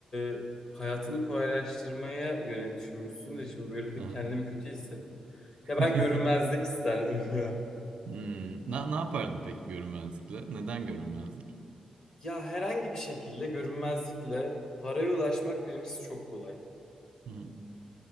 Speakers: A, on the left (about 35°); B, on the right (about 65°).
A: e, hayatını kolaylaştırmaya yönelik düşünmüşsün de şimdi böyle de
B: Hı hı.
A: kendimi kötü hissettim.
B: <laughs>
A: Ya ben görünmezlik isterdim <laughs> ya.
B: Hmm. Na, ne yapardın peki görünmezlikle? Neden görünmezlik?
A: Ya herhangi bir şekilde görünmezlikle paraya ulaşmak birincisi çok kolay.
B: Hı hı.